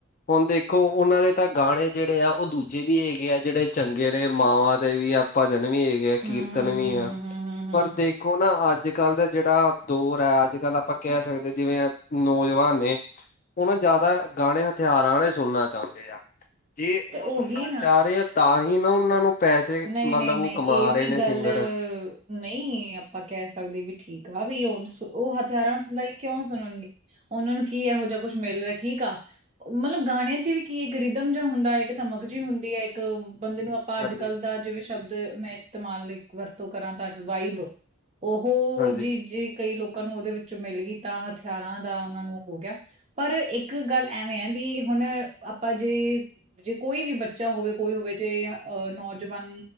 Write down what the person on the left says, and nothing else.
ਹੁਣ ਦੇਖੋ ਉਹਨਾਂ ਦੇ ਤਾਂ ਗਾਣੇ ਜਿਹੜੇ ਆ ਉਹ ਦੂਜੇ ਵੀ ਹੈਗੇ ਆ। ਜਿਹੜੇ ਚੰਗੇ ਨੇ ਮਾਵਾਂ ਦੇ ਵੀ ਆ। ਭਜਨ ਵੀ ਹੈਗੇ ਆ, ਕੀਰਤਨ
ਵੀ
ਆ,
ਪਰ ਦੇਖੋ ਨਾ ਅੱਜ ਕੱਲ ਦਾ ਜਿਹੜਾ ਦੌਰ ਹੈ। ਅੱਜ ਕੱਲ ਆਪਾਂ ਕਹਿ ਸਕਦੇ ਜਿਵੇਂ-ਨੌਜਵਾਨ ਨੇ। ਉਹ ਨਾਂ ਜ਼ਿਆਦਾ ਗਾਣੇ, ਹਥਿਆਰਾ ਆਲੇ ਸੁਣਨਾ ਚਾਹੁੰਦੇ ਆ। ਜੇ ਉਹ
ਸੁਣਨਾ
ਚਾਹ ਰਹੇ ਆ ਤਾਂ ਹੀ ਨਾ ਉਹਨਾਂ ਨੂੰ ਪੈਸੇ
ਮਤਲਬ
ਉਹ ਕਮਾ
ਰਹੇ ਨੇ
ਸਿੰਗਰ
ਹਾਂਜੀ,
ਹਾਂਜੀ,